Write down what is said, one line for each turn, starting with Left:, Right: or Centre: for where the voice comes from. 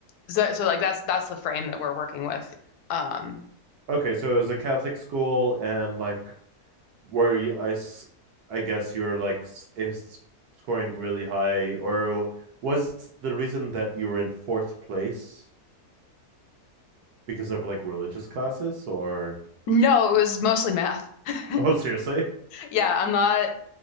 Left: so, so like that's that's the frame that we're working with. Um,
Right: Okay. So it was a Catholic school, and like, were you? I, s- I guess you're like s- is scoring really high, or was the reason that you were in fourth place because of like religious classes, or?
Left: no, it was mostly math. <laughs>
Right: <laughs> Oh, seriously?
Left: Yeah, I'm not,